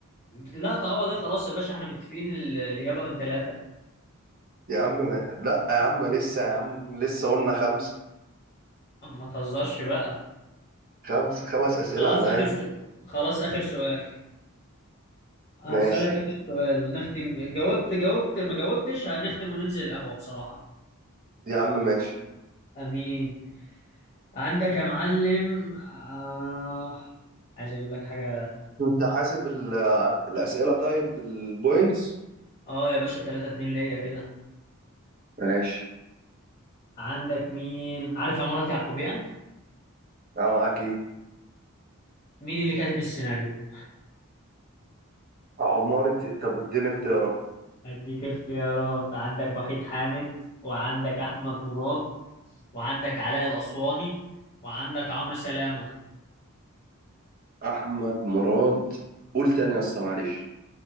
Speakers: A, on the left (about 30°); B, on the right (about 40°).
A: لا تعوض ايه خلاص يا باشا احنا متفقين ال- الإجابة من ثلاثة
B: يا عم ما... لا يا عم لسه يا عم لسه قلنا خمسة
A: ما تهزرش بقى
B: خمس خمس أسئلة
A: خلاص
B: على الأقل
A: آخر سؤال خلاص آخر سؤال هسألك
B: ماشي
A: آخر سؤال نختم جاوبت جاوبت ما جاوبتش هنختم وننزل القهوة بصراحة
B: يا عم ماشي
A: أمين عندك يا معلم آه... عايز أجيب لك حاجة
B: انت حاسب ال... الأسئلة طيب بالبوينتس
A: اه يا باشا 3 2 ليا كده
B: ماشي
A: عندك مين عارف عمارة يعقوبيان
B: اه اكيد
A: مين اللي كاتب السيناريو
B: عمارة طب اديني اختيارات
A: أديك اختيارات عندك وحيد حامد وعندك أحمد مراد وعندك علاء الأسواني وعندك عمرو سلامة
B: احمد مراد قول تاني يا اسطى معلش